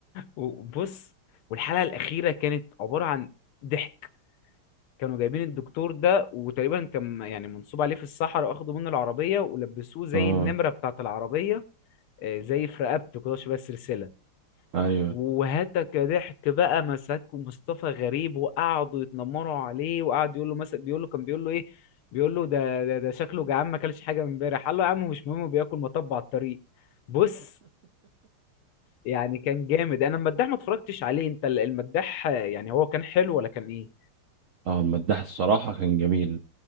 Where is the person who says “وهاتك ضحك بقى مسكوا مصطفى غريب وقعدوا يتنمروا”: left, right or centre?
Left